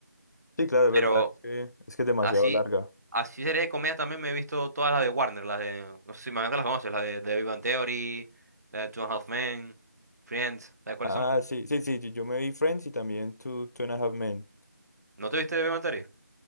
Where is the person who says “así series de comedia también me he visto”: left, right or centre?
Right